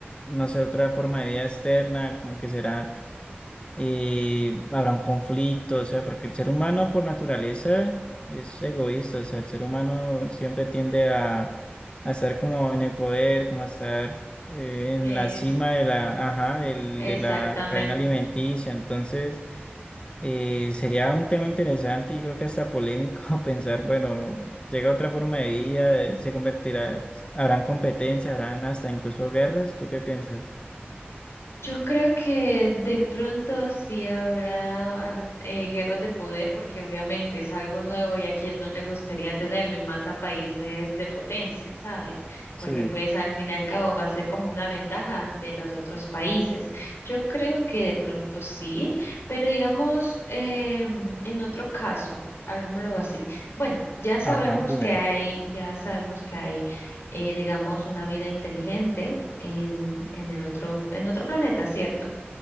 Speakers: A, on the left; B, on the left.
A: no sé, otra forma de vida externa, como que será eh, habrá un conflicto, o sea, porque el ser humano por naturaleza es egoísta, o sea, el ser humano siempre tiende a, a estar como en el poder, como a estar eh, en
B: Es
A: la cima de la, ajá, del-
B: exactamente.
A: de la cadena alimenticia, entonces eh, sería un tema interesante y creo que hasta polémico <laughs> pensar, bueno, llega otra forma de vida, eh, se convertirá, habrán competencia, habrán hasta incluso guerras, ¿tú qué piensas?
B: Yo creo que de pronto sí habrá ah, eh, guerras de poder, porque obviamente es algo nuevo y a quien no le gustaría tenerlo, y más a países de potencia, ¿sabes? Porque
A: Sí.
B: pues al fin y al cabo va a ser como una ventaja ante los otros países. Yo creo que de pronto sí, pero digamos, em, en otro caso, hablemoslo así. Bueno, ya sabemos
A: Ajá, dime.
B: que hay, ya sabemos que hay, eh, digamos, una vida inteligente en, en el otro, en otro planeta, ¿cierto?